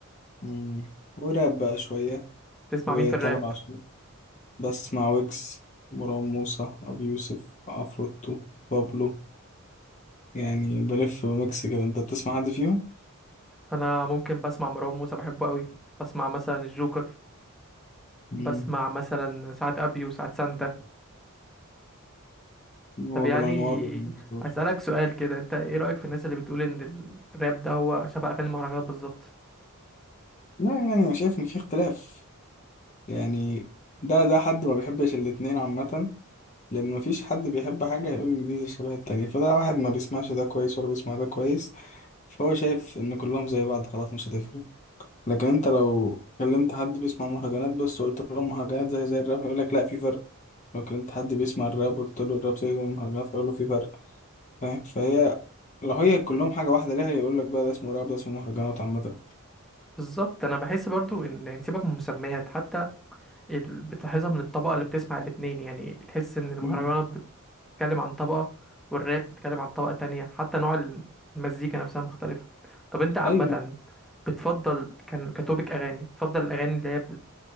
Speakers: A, on the left; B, in the centre.
A: مم. وراب بقى شوية
B: تسمع
A: وتامر
B: مين في الراب
A: عاشور بسمع ويجز مروان موسى أبي يوسف عفروتو بابلو يعني بلف ميكس كده أنت بتسمع حد فيهم؟
B: انا ممكن بسمع مروان موسى بحبه قوي بسمع مثلا الجوكر
A: مم.
B: بسمع مثلا ساعات ابي وساعات سانتا
A: هو
B: طب يعني
A: أبو الأنوار وال-
B: هسألك سؤال كده انت ايه رأيك في الناس اللي بتقول ان الراب ده هو شبه اغاني المهرجانات بالظبط
A: لا يعني أنا شايف إن في اختلاف يعني ده ده حد ما بيحبش الاتنين عامة لأن مفيش حد بيحب حاجة هيقول إن دي شبه التانية فده واحد ما بيسمعش ده كويس ولا بيسمع ده كويس فهو شايف إن كلهم زي بعض خلاص مش هتفرق لكن أنت لو كلمت حد بيسمع مهرجانات بس وقلت له مهرجانات زي زي الراب هيقول لك لا في فرق لو كنت حد بيسمع الراب قلت له الراب زي زي المهرجانات هيقول له في فرق فاهم فهي لو هي كلهم حاجة واحدة ليه هيقول لك بقى ده اسمه راب ده اسمه مهرجانات عامة
B: بالظبط انا بحس برضو ان يعني سيبك من المسميات حتى ال... بتلاحظها من الطبقة اللي بتسمع الاتنين يعني تحس ان المهرجانات
A: مم.
B: بتتكلم عن طبقة والراب بيتكلم عن طبقة تانية حتى نوع المزيكا نفسها مختلفة طب انت عامة
A: أيوه
B: بتفضل كان كتوبك أغاني بتفضل الأغاني اللي هي